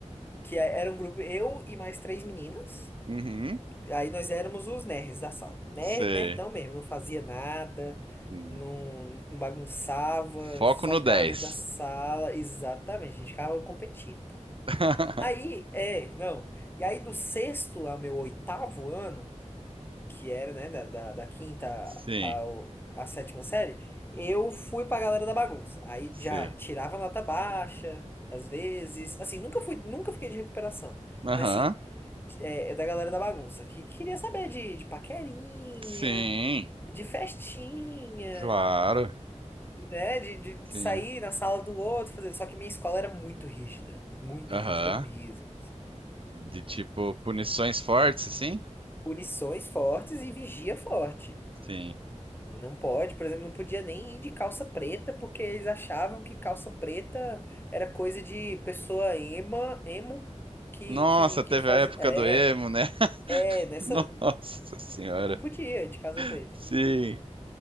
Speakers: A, on the left; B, on the right.
A: que é- era um grupo, eu e mais três meninas.
B: Uhum.
A: Aí nós éramos os nerds da sala. Nerd,
B: Sei.
A: nerdão mesmo, não fazia nada,
B: Hum.
A: não, não bagunçava,
B: Foco
A: só
B: no
A: ficava
B: dez
A: dentro da sala. Exatamente, a gente ficava competindo.
B: <laughs>
A: Aí, é, não. E aí do sexto ao meu oitavo ano. que era, né, da, da, da quinta
B: Sim.
A: ao, à sétima série, eu fui pra galera da bagunça. Aí
B: Sim.
A: já tirava nota baixa, às vezes. Assim, nunca fui, nunca fiquei de recuperação.
B: Aham.
A: Mas assim, é, é da galera da bagunça, que queria saber de, de paquerinha,
B: Sim.
A: de festinha,
B: Claro.
A: né? De, de,
B: Sim.
A: de sair na sala do outro, fazer. Só que minha escola era muito rígida, muito
B: Aham.
A: rígida mesmo. assim, muito-
B: De tipo punições fortes, assim?
A: Punições fortes e vigia forte.
B: Sim.
A: Não pode, por exemplo, não podia nem ir de calça preta, porque eles achavam que calça preta era coisa de pessoa ema, emo, que,
B: Nossa,
A: que, que
B: teve
A: fazia.
B: a época
A: É,
B: do emo, né? <laughs>
A: é, nessa.
B: Nossa senhora.
A: Não podia ir de calça preta.
B: Sim.